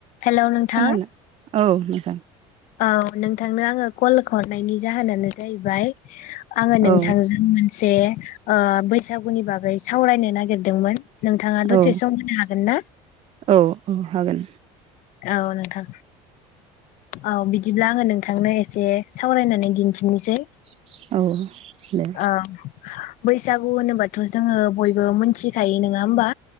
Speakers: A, on the left (about 60°); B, on the right (about 45°).
A: हेल' नोंथां?
B: खोनानो औ नोंथां
A: औ नोंथांनो आङो कल हरनायनि जाहोनानो जाहैबाय आङो नोंथांजों
B: औ
A: मोनसे ओ बैसागुनि बागै सावरायनो नागिरदोंमोन। नोंथाङा दसे
B: औ
A: सम होनो हागोन ना?
B: औ औ हागोन।
A: औ नोंथां औ बिदिब्ला आङो नोंथांनो एसे सावरायनानै दिन्थिनोसै।
B: औ दे
A: अ बैसा गु होनोबाथ' जोङो बयबो मोनथि खायो नङा होमबा